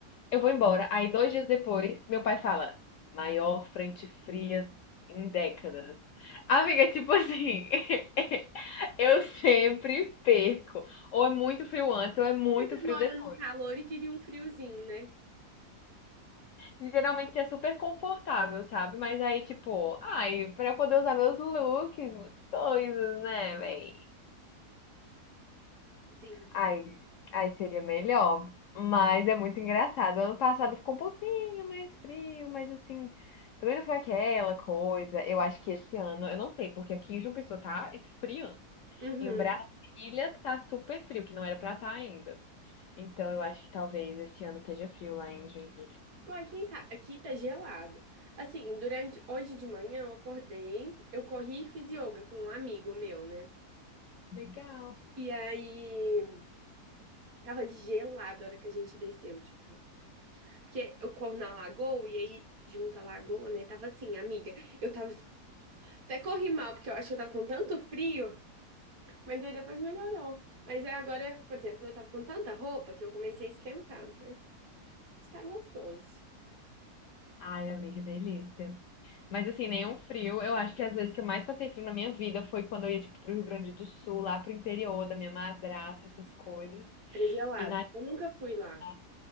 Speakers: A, on the left; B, on the right.
A: Eu vou embora. Aí, dois dias depois, meu pai fala: maior frente fria em décadas. Amiga, tipo assim, <laughs> eu sempre perco. Ou é muito frio antes, ou é muito
B: Você
A: frio
B: mora
A: depois.
B: no calor e queria um friozinho, né?
A: Geralmente é super confortável, sabe? Mas aí, tipo, ai, pra eu poder usar meus looks, coisas, né, véi?
B: Sim.
A: Aí, aí seria melhor. Mas é muito engraçado. Ano passado ficou um pouquinho mais frio, mas assim, também não foi aquela coisa. Eu acho que esse ano, eu não sei, porque aqui em João Pessoa tá esfriando.
B: Uhum.
A: Em Brasília tá super frio, que não era pra estar ainda. Então eu acho que talvez esse ano esteja frio lá em Joinville.
B: Uai, quem sabe? Aqui tá gelado. Assim, durante hoje de manhã eu acordei, eu corri e fiz yoga com um amigo meu, né?
A: Legal.
B: E aí tava gelado a hora que a gente desceu, tipo. Porque eu corro na lagoa e aí junta a lagoa, né? Tava assim, amiga. Eu tava até corri mal, porque eu acho que eu tava com tanto frio, mas aí depois melhorou. Mas aí agora, por exemplo, eu tava com tanta roupa que eu comecei a esquentar. Mas está gostoso.
A: Ai, amiga, que delícia. Mas assim, nenhum frio. Eu acho que as vezes que eu mais passei frio na minha vida foi quando eu ia, tipo, pro Rio Grande do Sul, lá pro interior da minha madrasta, essas coisas.
B: Era gelado.
A: E na
B: Eu nunca fui lá.
A: Ah,